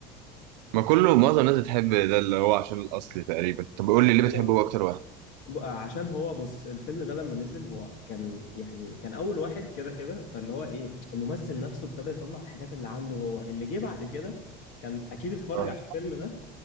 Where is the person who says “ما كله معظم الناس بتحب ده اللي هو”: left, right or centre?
Right